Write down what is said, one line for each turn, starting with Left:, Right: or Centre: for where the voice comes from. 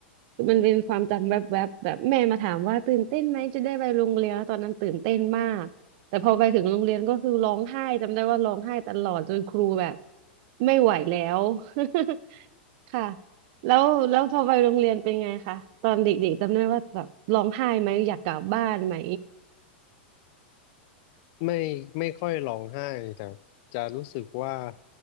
Right: คือมันเป็นความจำแวบๆแบบแบบแม่มาถามว่าตื่นเต้นไหมจะได้ไปโรงเรียนแล้วตอนนั้นตื่นเต้นมากแต่พอไปถึงโรงเรียนก็คือร้องไห้จำได้ว่าร้องไห้ตลอดจนครูแบบไม่ไหวแล้ว <laughs> ค่ะแล้วแล้วพอไปโรงเรียนเป็นไงคะตอนเด็กๆจำได้ว่าแบบร้องไห้ไหมอยากกลับบ้านไหม
Left: ไม่ไม่ค่อยร้องไห้แต่จะรู้สึกว่า